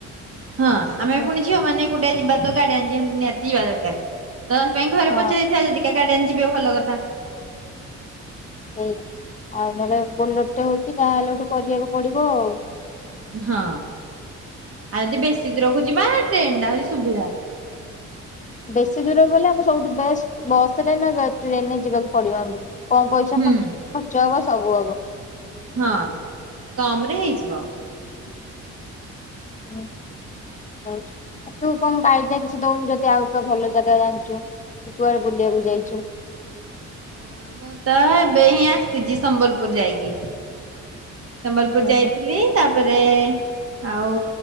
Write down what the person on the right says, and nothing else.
ହଁ ଆମେ ବି
ପୁଣି ଝିଅ ମାନେ ଏକୁଟିଆ ଯିବା ତ ଗାଡିଆନ୍ ନ୍ ନିହାତି ଯିବା ଦରକାର। ତ ସେ ପାଇଁ ଘରେ
ପଚାରିଥିବା ଯଦି କା ଗାଡ୍ <unintelligible> ଯିବେ ଭଲ କଥା।
ହଁ ଆଉ ଯଦି ବେଶୀ ଦୁରକୁ ଯିବା ବା ଟ୍ରେନ ଟା ହଉଛି ସୁବିଧା।
ହୁଁ।
ହଁ କମରେ ହେଇଯିବ।
ହଁ ମୁଁ ତ ଏବେ ହିଁ ଆସିଛି ସମ୍ବଲପୁର ଯାଇକି। ସମ୍ବଲପୁର
ଯାଇଥିଲି ତାପରେ ଆଉ